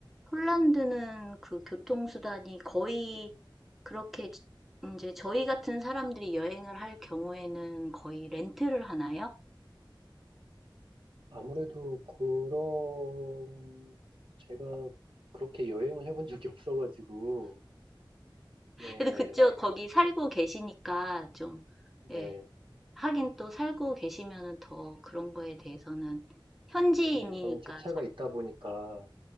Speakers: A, in the centre; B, on the right.
A: 폴란드는 그 교통수단이 거의 그렇게 이제 저희 같은 사람들이 여행을 할 경우에는 거의 렌트를 하나요?
B: 아무래도 그런 제가 그렇게 여행을 해본 적이 없어가지고 네.
A: 근데 그쪽 거기 살고 계시니까 좀,
B: 네.
A: 예, 하긴 또 살고 계시면은 더 그런 거에 대해서는 현지인이니까
B: 네. 저는 제 차가
A: 잘,
B: 있다 보니까